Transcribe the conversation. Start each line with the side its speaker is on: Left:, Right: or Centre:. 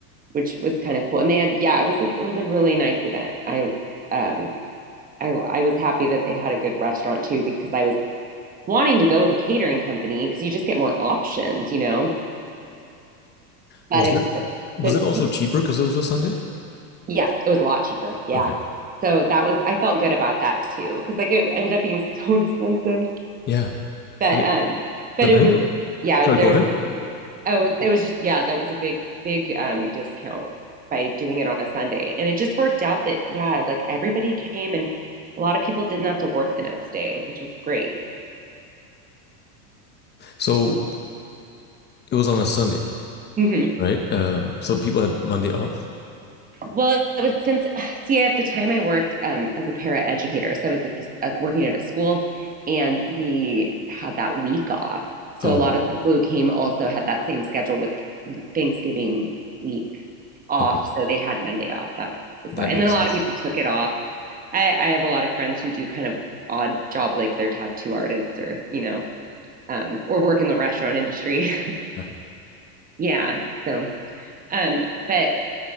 Right: which was kind of cool. And they had yeah, it was a, it was a really nice event. I um I I was happy that they had a good restaurant too because I was wanting to go with a catering company because you just get more options, you know. But
Left: Was
Right: it
Left: it
Right: but
Left: was it also cheaper because it was a Sunday?
Right: yes, it was a lot cheaper. Yeah.
Left: Okay.
Right: So that was I felt good about that too because like it ended up being <laughs> so expensive.
Left: Yeah.
Right: But
Left: I mean,
Right: um but
Left: the bank.
Right: it was yeah,
Left: Sorry,
Right: there
Left: go ahead.
Right: was oh it was just yeah, that was a big big um discount by doing it on a Sunday. And it just worked out that yeah, like everybody came and a lot of people didn't have to work the next day, which was great.
Left: So it was on a Sunday,
Right: hmm
Left: right? Um, so people had Monday off.
Right: Well, it was since, <sighs> see, at the time I worked um, as a para educator. So I was at this, uh, working at a school and we had that week off. So
Left: Oh,
Right: a lot of the people who came also had that same schedule with Thanksgiving week off.
Left: okay.
Right: So they had Monday off. That was
Left: That
Right: why. And
Left: makes
Right: then a lot
Left: sense.
Right: of people took it off. I, I have a lot of friends who do kind of odd jobs like they're tattoo artists or, you know, um, or work in the restaurant industry.
Left: Right.
Right: <laughs> yeah. So, um, but